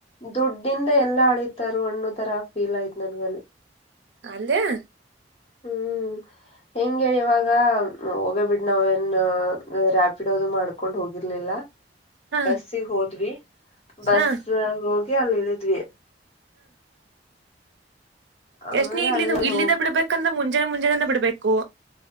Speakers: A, on the left; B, on the right.
A: ದುಡ್ ಹಿಂದೆ ಎಲ್ಲಾ ಅಳಿತಾರ ಅನ್ನೋ ತರ ಫೀಲ್ ಆಯ್ತ್ ನನ್ಗಲ್ಲಿ
B: ಅಂದ್ಯಾ
A: ಹ್ಮ್ ಹೆಂಗ ಹೇಳಿ ಇವಾಗ ಹೋಗೇ ಬಿಡ್ ನಾವ ನ್ ರಾಪಿಡ್ ಅದು ಮಾಡ್ಕೊಂಡ್ ಹೋಗಿರ್ಲಿಲ್ಲ
B: ಹಾ
A: ಬಸ್ಸಿಗ್ ಹೋದ್ವಿ ಬಸ್
B: ಹಾ
A: ಹೋಗ್ಗ್ ಹೇ ಅಲ್ ಇಳಿದ್ವಿ ಆಮೇಲೆ
B: ಎಷ್ಟ ನೀ ಇಲ್ಲಿ
A: ಅಲ್ಲಿ
B: ಇಲ್ಲಿದ್ದ
A: ಹೋಗ್
B: ಬಿಡ್ಬೇಕಂದ್ರೆ ಮುಂಚೆ ಜನ ಮುಂಜಾನೆಯಿಂದ ಬಿಡ್ಬೇಕು